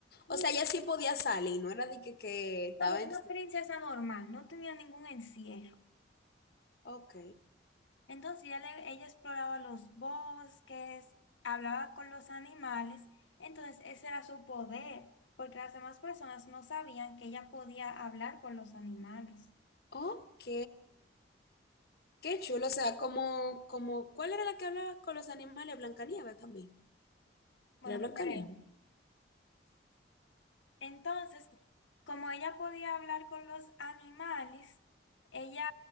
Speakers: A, on the left; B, on the left.
A: y
B: O sea, ella sí podía salir, no era de que, que estaba
A: no, era una
B: en...
A: princesa normal, no tenía ningún encierro.
B: Ok,
A: Entonces ella, le- ella exploraba los bosques, hablaba con los animales. Entonces ese era su poder, porque las demás personas no sabían que ella podía hablar con los animales.
B: ok. Qué chulo, o sea, como, como, ¿cuál era la que hablaba con los animales? Blancanieves también.
A: Bueno,
B: Era Blancanieves.
A: creo. Entonces, como ella podía hablar con los animales, ella